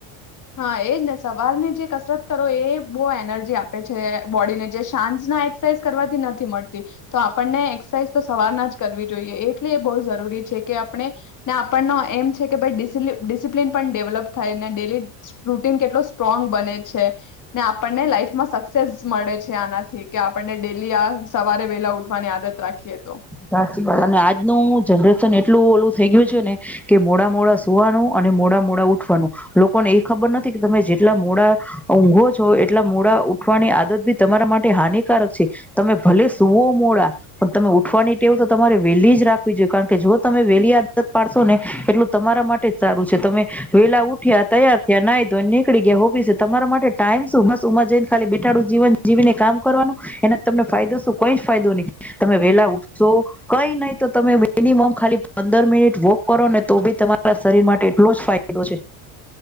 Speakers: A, on the left; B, in the centre.
A: હા એજ ને સવારને જે કસરત કરો એ બો એનર્જી આપે છે બોડીને જે સાંજના એક્સરસાઇઝ કરવાથી નથી મળતી તો આપણને એક્સરસાઇઝ તો સવારના જ કરવી જોઈએ એટલે એ બો જરૂરી છે કે આપણે ને આપણનો એમ છે કે ડિસિ ડિસિપ્લિન પણ ડેવલપ થાય ને ડેલી <unintelligible> કેટલો સ્ટ્રોંગ બને છે. ને આપણને લાઈફમાં સક્સ સેસ મળે છે આનાથી. કે કે આપણને ડેલી આ સવારે વેલા ઉઠવાની આદત રાખીએ તો.
B: સાચી વાત અને આજનું જનરેશન એટલું ઓલું થઈ ગયું છે ને કે મોડા મોડા સુવાનું અને મોડા મોડા ઉઠવાનું લોકોને એ ખબર નથી કે તમે જેટલા મોડા ઊંઘો છો એટલા મોડા ઉઠવાની આદત બી તમારા માટે હાનિકારક છે તમે ભલે સુૂવો મોડા પણ તમે ઉ ઠવાની ટેવ તો તમારે વહેલી જ રાખ વી જોઈ કારણ કે જો તમે વેલી આ આદત પાડશો ને એટલું તમારા માટે જ સારું છે. તમે વેલા ઉઠ્યા તૈયાર થયા નાઈ ધોઈ નેનીકળી ગયા ઓફિસે. તમારા માટે ટાઈમ શું બસ ઉમર જઈને ખાલી બેઠાડું જીવન જીવીને કામ કરવાનું, એનાથી તમને ફાયદો શું કઈ જ ફાયદો નહી, તમે વેલા ઊઠશો, કઈ નહી તો તમે મિનિમમ ખાલી પંદર મિનિટ વોક કરો ને તો બી તમારા શરીર માટે એટલો જ ફાયદો છે.